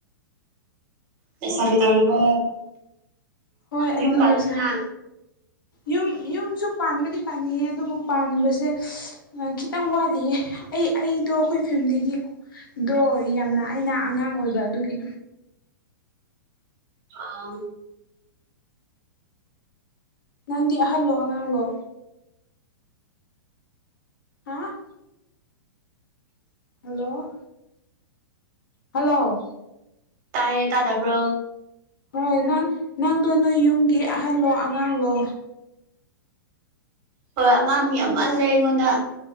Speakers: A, on the right; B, on the left.
A: ꯂꯩꯁꯥꯒꯤ ꯇꯧꯔꯤꯕꯣ
B: ꯍꯣꯏ ꯑꯩꯗꯤ
A: ꯌꯨꯝ ꯄꯥꯜꯂꯗꯅ
B: ꯂꯩꯁ ꯌꯨꯝ ꯌꯨꯝꯁꯨ ꯄꯥꯟꯕꯗꯤ ꯄꯥꯅꯤꯡꯉ ꯑꯗꯨꯕꯨ ꯄꯥꯟꯕꯁꯦ ꯈꯤꯇꯪ ꯋꯥꯠꯂꯤꯌꯦ ꯑꯩ ꯑꯩꯗꯣ ꯑꯩꯈꯣꯏ ꯐꯦꯃꯤꯂꯤꯒꯤꯗꯣ ꯌꯥꯝꯅ ꯑꯩꯅ ꯑꯉꯥꯡ ꯑꯣꯏꯕ ꯑꯗꯨꯒꯤ
A: ꯑꯥ
B: ꯅꯪꯗꯤ ꯑꯍꯜꯂꯣ ꯑꯉꯥꯡꯂꯣ ꯍꯥ ꯍꯜꯂꯣ ꯍꯜꯂꯣ
A: ꯇꯥꯏꯌꯦ ꯇꯥꯗꯕ꯭ꯔꯣ
B: ꯍꯣꯏ ꯅꯪ ꯅꯪꯗꯣ ꯅꯣꯏ ꯌꯨꯝꯒꯤ ꯑꯍꯜꯂꯣ ꯑꯉꯥꯡꯂꯣ
A: ꯍꯣꯏ ꯑꯉꯥꯡ ꯌꯥꯝꯃꯜꯂꯦ ꯑꯩꯉꯣꯟꯗ